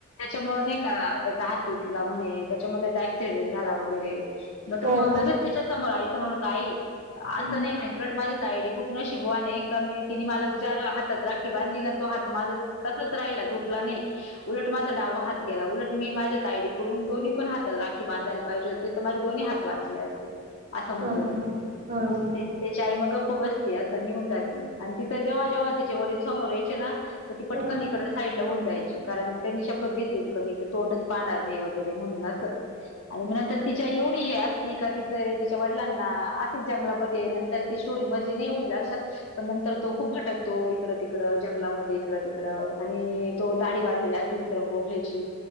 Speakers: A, on the left; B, on the right.
A: त्याच्यामुळे नाही का त्याचा हात तुटला म्हणे त्याच्यामध्ये एक्सिडेंट झाला वगैरे मग तो
B: हो हो
A: भाऊ
B: हो
A: लगेच त्याच्या समोर आई समोर म्हणतो आई.
B: हो
A: असं नाही म्हणे उलट माझी ताईडी खूप नशिबवान आहे का मी तिने मला ज्या हातात राखी. बांधली ना तो हात माझा तसाच राहिला तुटला नाही उलट माझ. डावा हात गेला उलट मी माझ्या तायडीकडून दोन्ही पण हाता राखी बांधायला पाहिजे होती तर माझे दोन्ही हात वाचले असते. असं म्हणतो
B: हा हा
A: तो.
B: हा हा
A: त्याची
B: हा
A: आई मग गप्प बसते असं निघून जाते आणि तिचा जेव्हा जेव्हा तिचे वडील समोर यायचे ना ती पटकन
B: हा हा
A: इकडं साईड ला होऊन जायची कारण त्यांनी शब्द शपथ घेतली होती कि मी हिच तोंडच पाहणार नाही वगैरे म्हणून अस आणि नंतर तिच्या एवढी ती का तिचं तिच्या वडिलांना, असंच जंगलामध्ये, नंतर ती स्टोरी मधली नाही एवढी लक्षात, पन णंतर तो खूप भटक. तो इकड तिकड, जंगलामध्ये इकडं तिकड आणि तो दाडी वाढलेली. विक्रम गोखलेची,